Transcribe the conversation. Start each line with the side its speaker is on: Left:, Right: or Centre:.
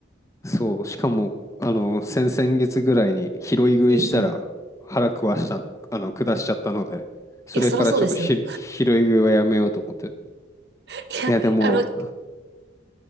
Left: そう。しかも、あの、先々月ぐらいに拾い食いしたら腹壊した、
Right: うんうん。い
Left: あの、下しちゃったので、それからちょっとひ拾い食いはやめようと思って。
Right: や、そらそうですよ。<laughs> いや、
Left: いや、でも、
Right: あの、あ